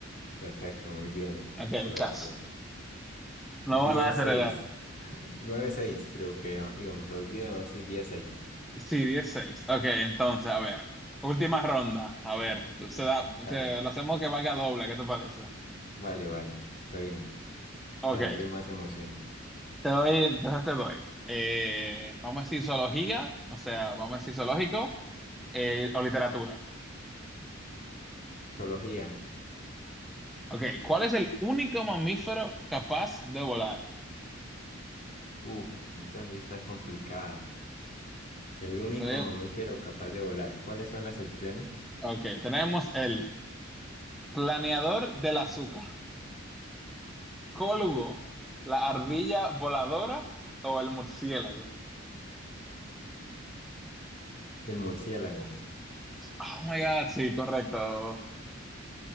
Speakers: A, on the left; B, in the centre.
A: Perfecto, muy bien,
B: Ok,
A: correcto.
B: casi.
A: 10-6,
B: No van a desheredar.
A: 9-6 <laughs> creo que íbamos, los 10 no, sí, 10-6.
B: Sí, 16. Ok, entonces, a ver. Última ronda. A ver, tú- se da,
A: Dale.
B: se- lo hacemos que valga doble, ¿qué te parece?
A: Vale, vale, está bien.
B: Ok,
A: Para darle más emoción.
B: te doy, entonces te doy. Eh, vamos a decir zoología, o sea, vamos a decir zoológico, eh, o literatura.
A: Zoología.
B: Ok, ¿cuál es el único mamífero capaz de volar?
A: Uf, esa sí está complicada. El único
B: Te doy-
A: mamífero capaz de volar. ¿Cuáles son las opciones?
B: Ok, tenemos el planeador del azúcar, cólugo, la ardilla voladora o el murciélago.
A: El murciélago.
B: Oh my God, sí, correcto.